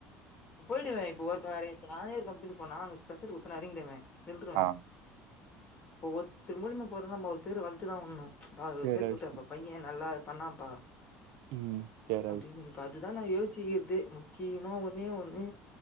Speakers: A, on the left (about 25°); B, on the right (about 70°).
A: போயிடுவேன் இப்ப ஒர்க் நேறே இருத்குனா நானே ஒரு கம்பெனி சொன்னேன் நான் பெஷர் குத்த எறங்கி பெய்டுவேன் நில்ருவேன்
B: ஆ
A: இப்போ ஒரு திருமூலிமா போகிறேன்னா நம்ம ஒரு பேர் வளர்த்துதான் உடணும் பா
B: சேரா
A: சேத்து விட்டா
B: விஷ்ணு
A: பையன் நல்லா பண்ணாம்ப்பா
B: ம் சேரா
A: அப்டின்னு
B: விஷ்ணு
A: இப்ப அதுதான் நான் யோசிக்கிறதே முக்கியமா ஒண்ணே ஒண்ணு